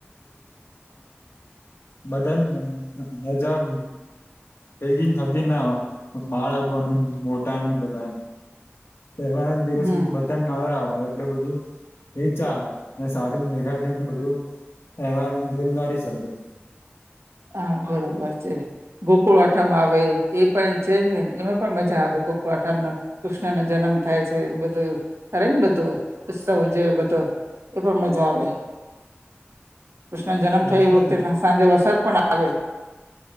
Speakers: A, on the left; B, on the right.
A: બધન મજા હેગીન થતી ના હોઈ. બાળકો નહી મોટા નહિ બધા તહેવાર દિવસી
B: હમ
A: બધા. તમને નવરા હોય એટલે બધું એ ચાલે સાથે મેઘા થઈ ને બધું તહેવારની જિમાવારી સમજે.
B: હા બરોબર છે. ગોકુળ આઠમ આવે એ પણ છે, જ ને એમાં પણ મજા આવે ગોકુળ આઠમના. કૃષ્ણ નો જન્મ થાય છે, એ બધું કરે ને બધું ઉત્સવ ઉજવે બધો એ પણ મજા આવે કૃષ્ણ જન્મ થયો
A: એટલે
B: એ વખતે
A: જ ને
B: સાંજે વરસાદ પણ આવે